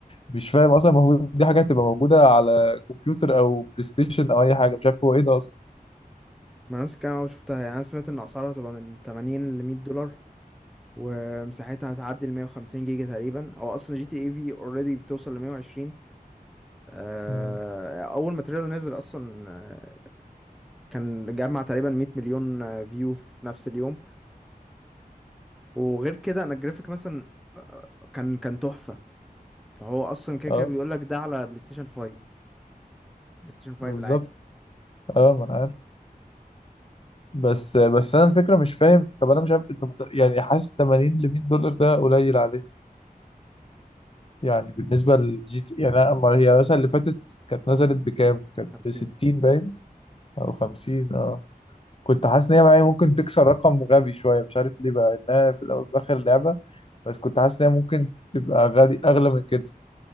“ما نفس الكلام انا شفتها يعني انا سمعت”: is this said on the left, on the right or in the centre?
Centre